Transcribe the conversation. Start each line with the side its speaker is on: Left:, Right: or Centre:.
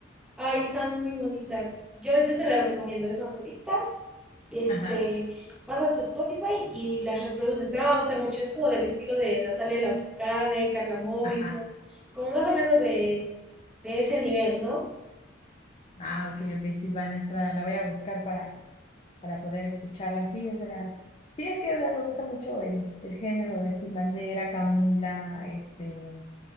Centre: Ay, están muy bonitas. Yo, yo te las recomiendo. Es más, ahorita, este,
Left: Ajá,
Centre: vas a tu Spotify y las reproduces. Te van a gustar mucho. Es como del estilo de Natalia Lafourcade, Carla Morrison,
Left: ajá.
Centre: como más o menos de, de ese nivel, ¿no?
Left: Ah, ok, ok, Silvana Estrada, la voy a buscar para, para poder escucharla. Sí, es verdad. Sí, es que o sea, me gusta mucho el, el género de Sin Bandera, Camila, este,